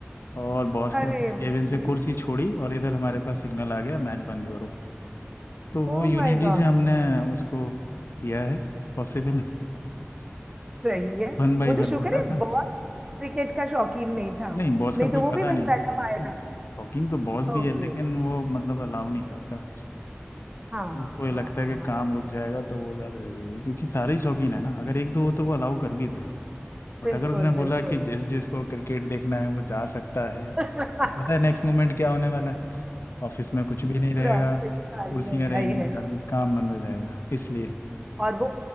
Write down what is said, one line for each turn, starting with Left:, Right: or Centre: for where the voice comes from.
Left: और बॉस
Right: अरे
Left: के अपने
Right: भाई
Left: केबिन से कुर्सी छोड़ी और इधर हमारे पास सिग्नल आ गया मैच बंद करो तो
Right: Oh
Left: वो यूनिटी
Right: my god
Left: से हमने उसको किया है पॉसिबल
Right: सही है
Left: वन बाई
Right: वो तो
Left: वन
Right: शुक्र
Left: होता
Right: है
Left: था
Right: बहुत क्रिकेट का शौकीन नहीं था
Left: नहीं बॉस
Right: नहीं
Left: का कोई
Right: तो वो
Left: पता
Right: भी वहीं
Left: नहीं
Right: बैठा पाया जाता
Left: टॉकिंग तो बॉस भी
Right: ओके
Left: है लेकिन वो मतलब अलाउ नहीं करता
Right: हाँ
Left: उसको ये लगता
Right: हाँ
Left: है कि
Right: हाँ
Left: काम रुक जाएगा तो वो ज़्यादा जरूरी है क्योंकि सारे ही शौकीन है ना अगर एक दो हो तो वो अलाउ कर भी दे बट
Right: बिल्कुल
Left: अगर उसने बोला
Right: बिल्कुल
Left: कि जिस जिसको क्रिकेट देखना है वो जा सकता है तो
Right: पूरा
Left: पता है नेक्स्ट मोमेंट क्या होने वाला है ऑफिस में कुछ भी नहीं रहेगा
Right: ऑफिस खाली
Left: कुर्सियां
Right: हो गया
Left: रहेंगी
Right: यस
Left: खाली काम बंद हो जाएगा इसलिए
Right: और वो